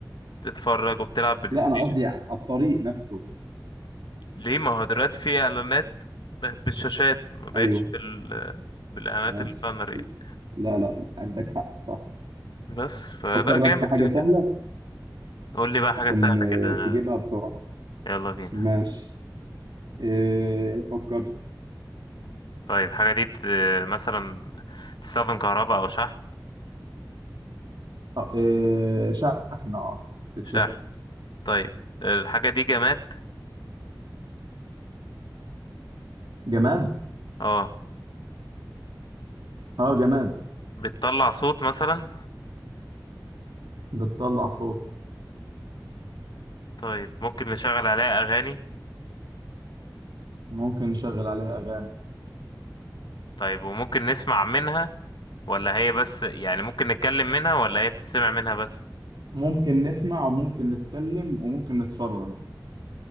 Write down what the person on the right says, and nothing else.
لا
انا قصدي على الطريق نفسه
ايوه
ماشي
لا لا عندك حق صح
طب
فكر
لك في حاجة
سهلة
عشان
آه،
تجيبها
بسرعة
ماشي إيه فكرت
آه، إيه شحن اه بتشحن
جماد
اه جماد
بتطلع صوت
ممكن نشغل عليها أغاني
ممكن نسمع وممكن نتكلم وممكن نتفرج